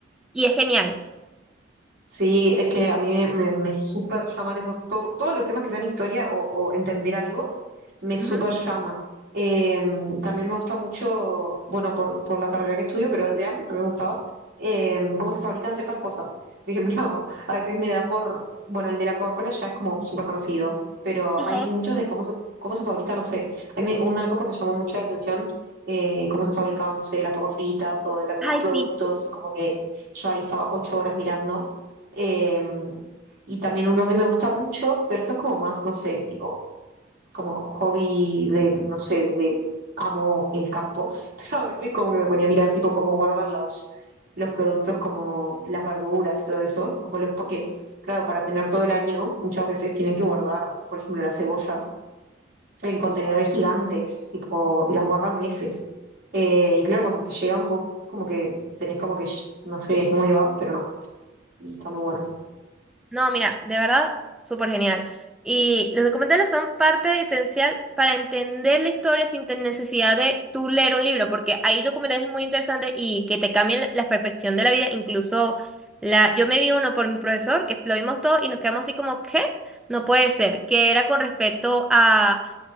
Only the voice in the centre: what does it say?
y es genial.
Ujú.
Ajá.
Ay,
sí.
No, mira, de verdad, súper genial. Y los documentales son parte esencial para entender la historia sin tener necesidad de tú leer un libro, porque hay documentales muy interesantes y que te cambian la la percepción de la vida. Incluso la, yo me vi uno por mi profesor, que lo vimos todo y nos quedamos así como, ¿qué? No puede ser, que era con respecto a